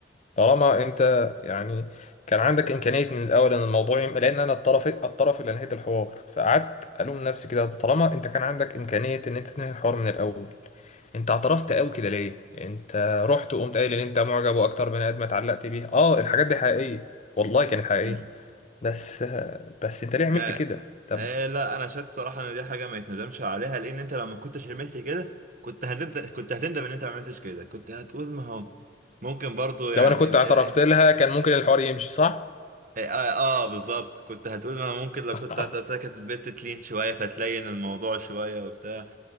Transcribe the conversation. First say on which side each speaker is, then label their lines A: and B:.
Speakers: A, on the left; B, on the right.
A: طالما انت يعني كان عندك امكانية من الاول ان الموضوع يم... لان انا الطرف الطرف اللي انهيت الحوار فقعدت الوم نفسي كده طالما انت كان عندك امكانية ان انت تنهي الحوار من الاول انت اعترفت قوي كده ليه انت رحت وقمت قايل ان انت معجب واكتر بني ادم اتعلقت بيه اه الحاجات دي حقيقية والله كانت حقيقية
B: نظرك
A: بس بس انت ليه عملت
B: آه.
A: كده طب
B: آه لا انا شايف صراحه ان دي حاجه ما يتندمش عليها لان انت لو ما كنتش عملت كده كنت هتندم كنت هتندم ان انت ما عملتش كده كنت هتقول ما هو ممكن برضو يعني
A: لو انا كنت
B: ال-
A: اعترفت
B: اه,
A: لها كان ممكن الحوار يمشي صح
B: آه, آه آه، آه، بالظبط كنت هتقول ما هو ممكن لو
A: <laughs>
B: كنت هتعتبر كانت البت تلين شويه فتلين الموضوع شويه وبتاع